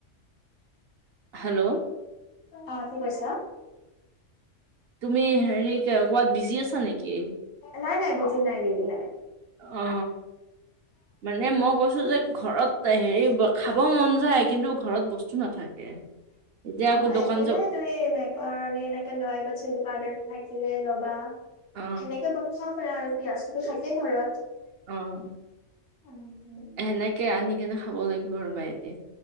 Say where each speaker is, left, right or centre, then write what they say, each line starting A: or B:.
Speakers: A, on the right (about 60°); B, on the left (about 85°).
A: হেল্ল'
B: অ কি কৈছা?
A: তুমি হেৰি ক'বাত বিজি আছা নেকি?
B: নাই নাই বিজু নাইজ নাই।
A: অ মানে মই কৈছো যে ঘৰত। হেৰি খাব মন যায় কিন্তু ঘৰত বস্তু নাথাকে। এতিয়া
B: অ
A: আকৌ দোকান
B: একো
A: যাব
B: নাই তুমি নে কৰণী এনেকে লয় বা চিলকা ৰদত থাকিলে বা। বা
A: অ
B: সেনেকে বনাই চাব পাৰা আৰু পিয়াজটোতো থাকেই ঘৰত।
A: আহ।
B: উম
A: সেনেকে আনি কেনে খাব লাগিব ৰবা এদিন।